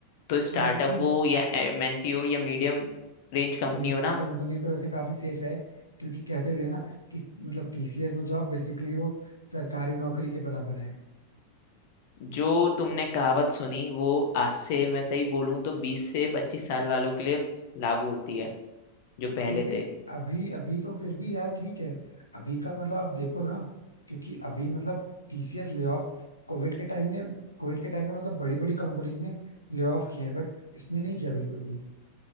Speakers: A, on the left (about 50°); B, on the left (about 85°).
A: तो स्टार्टअप
B: हाँ वो नहीं
A: हो या एमएनसी हो या मीडियम रेंज कंपनी
B: मेरी
A: हो ना
B: कंपनी तो वैसे काफी सेफ है क्योंकि कहते भी है ना कि मतलब टीसीएस में जॉब बेसिकली वो सरकारी नौकरी के बराबर है
A: जो तुमने कहावत सुनी वो आज से मैं सही बोलूं तो बीस से पच्चीस साल वालों के लिए लागू होती है जो पहले
B: लेकिन
A: थे
B: अभी अभी तो फिर भी यार ठीक है अभी का मतलब आप देखो ना क्योंकि अभी मतलब टीसीएस ले ऑफ कोविड के टाइम ने कोविड के टाइम पे मतलब बड़ी बड़ी कंपनीज ने ले ऑफ किया है बट इसने नहीं किया बिल्कुल भी